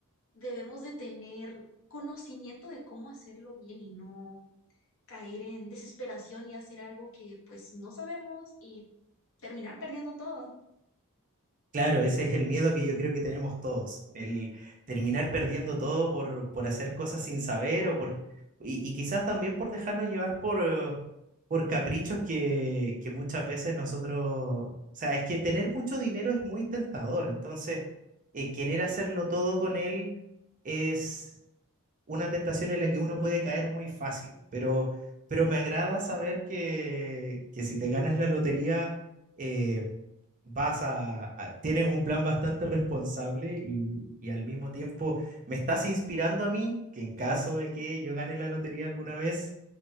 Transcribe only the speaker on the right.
Claro, ese es el miedo que yo creo que tenemos todos, el terminar perdiendo todo por, por hacer cosas sin saber o por, y, y quizás también por dejarnos llevar por, eh, por caprichos que, que muchas veces nosotros, o sea, es que tener mucho dinero es muy tentador, entonces eh, querer hacerlo todo con él es una tentación en la que uno puede caer muy fácil, pero, pero me agrada saber que, que si te ganas la lotería... eh, vas a, a- tienes un plan bastante responsable y, y al mismo tiempo me estás inspirando a mí que en caso de que yo gane la lotería alguna vez,